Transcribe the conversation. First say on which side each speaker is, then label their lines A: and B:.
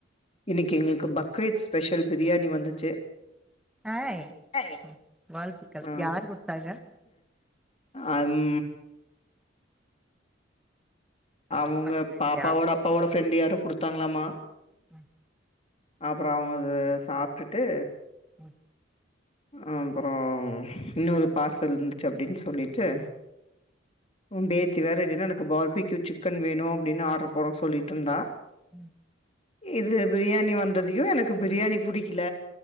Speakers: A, on the left; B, in the centre.
A: இன்னிக்கு எங்ளுக்கு பக்ரீத் ஸ்பெஷல் பிரியாணி வந்துச்சு
B: ஆய்
A: ஏய்
B: ம், வாழ்த்துக்கள்
A: ம்
B: யார் கொடுத்தாங்க
A: அம் அவுங்க
B: பக்கத்து வீட்லையா
A: பாப்பாவோட அப்பாவோட ஃப்ரெண்ட்டு யாரோ குடுத்தாங்களாமா
B: ம்
A: அப்றோ அவங்க அத சாப்டுட்டு
B: ம்
A: அப்றோம் இன்னொரு பார்சல் இருந்துச்சு அப்டின் சொல்லிட்டு உ பேத்தி வேற டின்னருக்கு பார்பிக்யூ சிக்கன் வேணு அப்டினு ஆட்ரு போட சொல்லிட்ருந்தா
B: ம்
A: இது பிரியாணி வந்ததியு எனக்கு பிரியாணி புடிக்ல